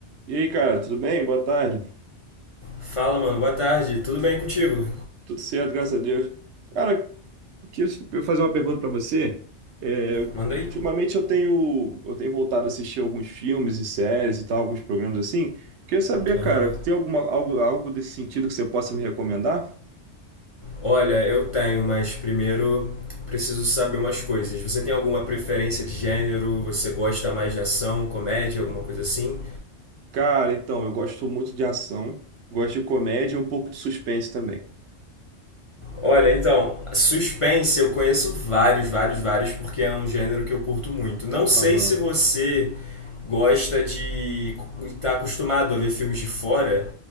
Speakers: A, on the right; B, on the left.
A: E aí, cara, tudo bem? Boa tarde.
B: Fala, mano. Boa tarde. Tudo bem contigo?
A: Tudo certo, graças a Deus. Cara, queria eu fazer uma pergunta pra você. É,
B: Manda aí.
A: ultimamente eu tenho, eu tenho voltado a assistir alguns filmes e séries e tal, alguns programas assim. Queria saber,
B: Aham.
A: cara, tem alguma, algo, algo desse sentido que você possa me recomendar?
B: Olha, eu tenho, mas primeiro preciso saber umas coisas. Você tem alguma preferência de gênero? Você gosta mais de ação, comédia, alguma coisa assim?
A: Cara, então, eu gosto muito de ação, gosto de comédia e um pouco de suspense também.
B: Olha, então, suspense eu conheço vários, vários, vários, porque é um gênero que eu curto muito. Não sei
A: Aham,
B: se você gosta de estar acostumado a ver filmes de fora,